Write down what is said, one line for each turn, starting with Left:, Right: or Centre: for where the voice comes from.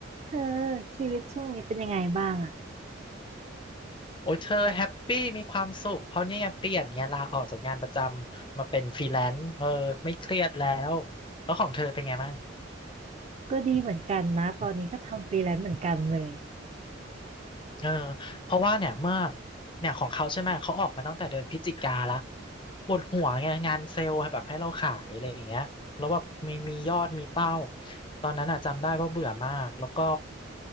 Right: เธอชีวิตช่วงนี้เป็นยังไงบ้างอ่ะ
Left: โอ้ยเธอแฮปปี้มีความสุขเพราะนี่ไงเปลี่ยนไงลาออกจากงานประจำมาเป็นฟรีแลนซ์เออไม่เครียดแล้วแล้วของเธอเป็นไงบ้าง
Right: ก็ดีเหมือนกันนะตอนนี้ก็ทำฟรีแลนซ์เหมือนกันเลย
Left: เออเพราะว่าเนี่ยเมื่อเนี่ยของเขาใช่ไหมเขาออกมาตั้งแต่เดือนพฤศจิกาละปวดหัวไงงานเซลล์แบบให้เราขายอะไรอย่างเงี้ยแล้วแบบมีมียอดมีเป้าตอนนั้นอ่ะจำได้ว่าเบื่อมากแล้วก็